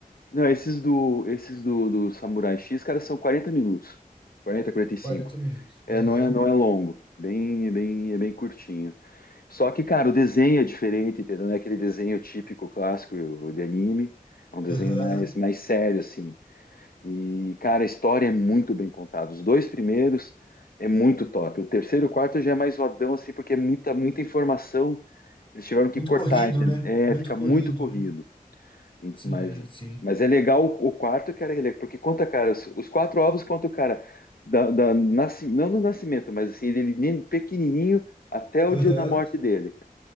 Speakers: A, on the left; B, on the left.
A: Não, esses do, esses do, do Samurai X, cara, são 40 minutos. quarenta quarenta e cinco
B: quarenta minutos.
A: É,
B: Aham,
A: não é, não é longo. Bem, é bem, é bem curtinho. Só que, cara, o desenho é diferente, entendeu? Não é aquele desenho típico, clássico de anime. É um desenho
B: aham.
A: mais, mais sério, assim. E, cara, a história é muito bem contada. Os dois primeiros é muito top. O terceiro e o quarto já é mais rodão, assim, porque é muita, muita informação. Eles tiveram que
B: Muito
A: cortar,
B: corrido,
A: entende?
B: né?
A: é,
B: Muito
A: fica
B: corrido,
A: muito corrido.
B: né?
A: E-
B: Sim,
A: Mas,
B: sim.
A: mas é legal o, o quarto, cara, ele- porque conta, cara, os, os quatro ovos conta o cara, da, da, nasci- não do nascimento, mas assim, ele, nem- pequenininho até o
B: Aham.
A: dia da morte dele. cara.